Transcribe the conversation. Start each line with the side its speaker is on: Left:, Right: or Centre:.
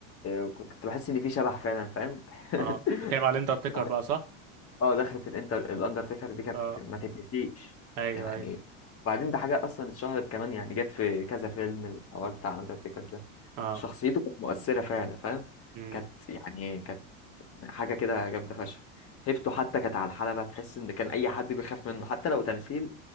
Left: وكنت بحس ان في شبح فعلا فاهم
Right: اه بتتكلم
Left: <laughs>
Right: على الاندرتيكر
Left: يعني
Right: بقى صح؟
Left: اه دخلت الانتر الاندرتيكر دي كانت
Right: اه
Left: ما تتنسيش
Right: ايوه
Left: يعني
Right: ايوه
Left: وبعدين ده حاجه اصلا اتشهرت كمان يعني جت في كذا فيلم الحوار بتاع الاندرتيكر ده
Right: اه
Left: شخصيته كانت مؤثره فعلا فاهم
Right: امم
Left: كانت يعني كانت حاجه كده جامده فشخ هيبته حتى كانت على الحلبه تحس ان كان اي حد بيخاف منه حتى لو تمثيل